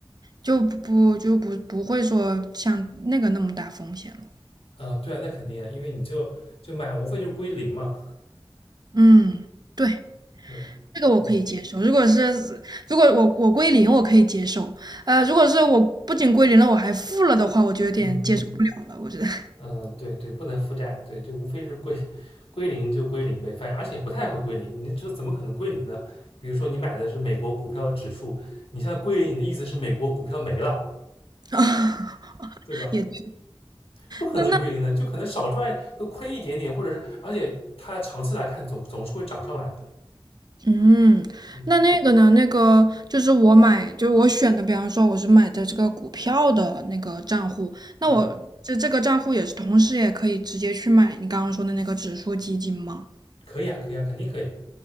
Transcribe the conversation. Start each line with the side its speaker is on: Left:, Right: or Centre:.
Right: 就不就不不会说像那个那么大风险了。
Left: 啊、对啊，那肯定啊，因为你就就买，无非就是归零嘛，
Right: 嗯，对。
Left: 对吧，
Right: 这个我可以接受，
Left: 嗯
Right: 如果是如果我我归零，我可以接受。呃，如果是我不仅归零了，我还负了的话，我就有点接受不了了。
Left: 嗯嗯嗯
Right: 我觉得
Left: 嗯，嗯对对，不能负债，对，就无非是归归零就归零呗，反正而且不太会归零，你这怎么可能归零呢？比如说你买的是美国股票的指数，你现在归零，你的意思是美国股票没了，
Right: <laughs> 啊
Left: 对吧？
Right: 也对
Left: 不可能归零的，
Right: 那那
Left: 就可能少赚就亏一点点，或者是，而且它长期来看总总是会涨上来的。
Right: 嗯，
Left: 嗯
Right: 那那个呢？那个就是我买，就是我选的，比方说我是买的这个股票的那个账户，那我这这个账户也是同时也可以直接去买你刚刚说的那个指数基金吗？
Left: 嗯，可以啊，可以啊，肯定可以。